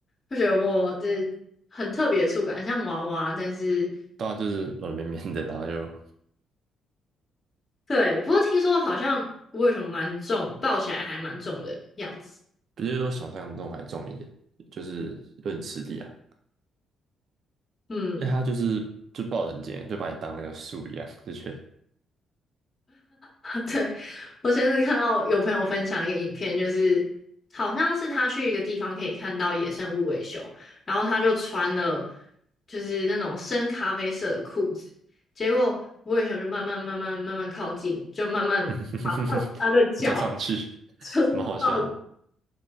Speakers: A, on the left (about 30°); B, on the right (about 60°).
A: 就觉得我这很特别的触感，很像娃娃，但是
B: 对啊，就是软绵绵的，然后就
A: 对，不过听说好像无什熊蛮重，抱起来还蛮重的样子，
B: 比我想象中还重一点，就是有点吃力啊。
A: 嗯。
B: 哎，它就是就抱得很紧，就把你当那个树一样，就觉得
A: <laughs> 对，我前阵看到有朋友分享一个影片，就是好像是他去一个地方可以看到野生无尾熊，然后他就穿了就是那种深咖啡色的裤子，结果无尾熊就慢慢慢慢慢慢靠近，就慢慢
B: <laughs>
A: <laughs> 他的脚
B: 不知道上去，
A: <laughs> 就是到
B: 蛮好笑的，